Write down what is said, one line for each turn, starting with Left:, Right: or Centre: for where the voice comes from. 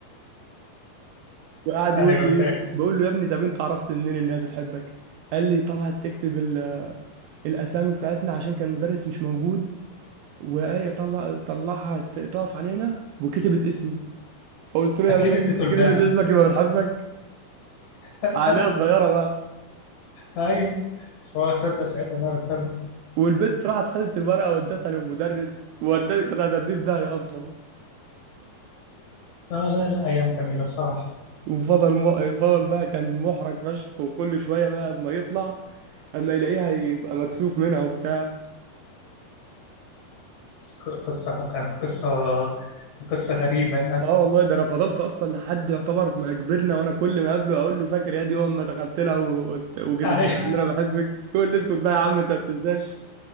Right: وقعد
Left: <laughs> ايوه
Right: يقول لي
Left: فاهم
Right: ايه بقول له يا ابني طب انت عرفت منين ان هي بتحبك قال لي طلعت تكتب ال- الاسامي بتاعتنا عشان كان مدرس مش موجود وهي طلع طلعها ت- تقف علينا وكتبت اسمي فقلت له
Left: اكيد
Right: يا ولد
Left: اديته
Right: كتبت
Left: البانه
Right: اسمك يبقى بتحبك
Left: <laughs>
Right: عليها صغيره بقى
Left: ايوه فهو صدق ساعتها انها بتحب
Right: والبت راحت خدت الورقه ودتها للمدرس ودتها كانت هتديه في داهيه اصلا
Left: اه لا لا ايام جميله بصراحه
Right: وفضل م... فضل بقى كان محرج فشخ وكل شويه بقى ما يطلع اما يلاقيها يبقى مكسوف منها وبتاع
Left: ق- قصه كانت قصه قصه غريبه يعني
Right: اه والله ده انا فضلت اصلا لحد يعتبر ما كبرنا وانا كل ما اقابله اقول له فاكر يا دي يوم ما دخلت لها وقلت وكتبت
Left: ايوه
Right: لها ان انا بحبك يقول لي اسكت بقى يا عم انت ما بتنساش